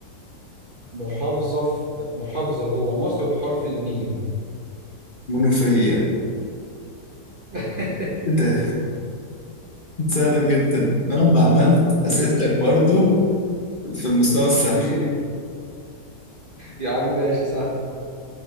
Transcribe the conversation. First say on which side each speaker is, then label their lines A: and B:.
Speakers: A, on the right; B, on the left.
A: محافظة في محافظة جوه مصر بحرف الميم
B: منوفية ايه
A: <laughs>
B: ده <laughs> سهلة جدا مهما عملت اسئلتك
A: ماشي
B: برضو في المستوى السهل
A: <laughs> يا عم ماشي سهل